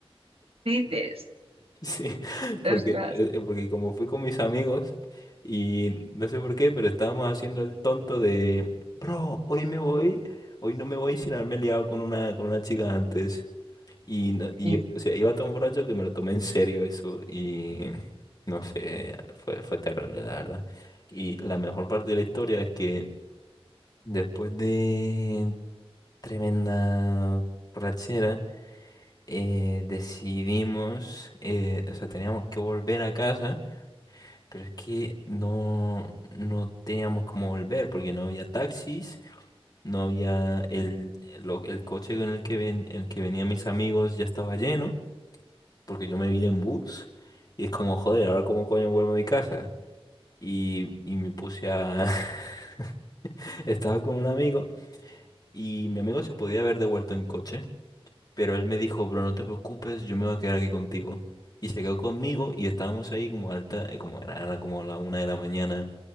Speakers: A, on the right; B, on the left.
A: Dices,
B: Sí, <laughs> porque,
A: ostras.
B: eh, eh, porque como fui con mis amigos y no sé por qué, pero estábamos haciendo el tonto de, bro, hoy me voy, hoy no me voy sin haberme liado con una, con una chica antes. Y, no- y,
A: Sí,
B: o sea, iba tan borracho que me lo tomé en serio eso y no sé, fue, fue terrible, la verdad. Y la mejor parte de la historia es que después de tremenda borrachera, eh, decidimos, eh, o sea, teníamos que volver a casa. Pero es que no, no teníamos cómo volver porque no había taxis, no había el, lo- el coche con el que ven, el que venían mis amigos ya estaba lleno porque yo me vine en bus y es como, joder, ahora cómo coño vuelvo a mi casa. Y, y me puse a... <laughs> Estaba con un amigo y mi amigo se podía haber devuelto en coche, pero él me dijo, bro, no te preocupes, yo me voy a quedar aquí contigo. Y se quedó conmigo y estábamos ahí como alta, eh, como era, era como la una de la mañana.